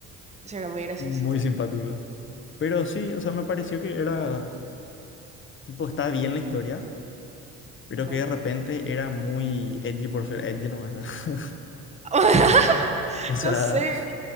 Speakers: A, on the right; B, on the left.
A: Ese era muy graciosito.
B: Muy simpático. Pero sí, o sea, me pareció que era, tipo, está bien la historia, pero
A: Ajá.
B: que de repente era muy edgy por ser edgy nomás. <laughs>
A: <laughs>
B: O sea,
A: No sé,